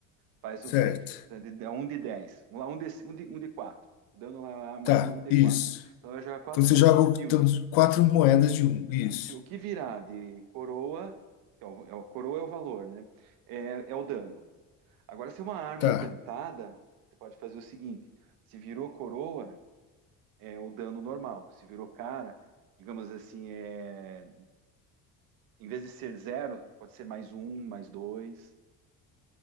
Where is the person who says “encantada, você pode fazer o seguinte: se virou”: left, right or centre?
Right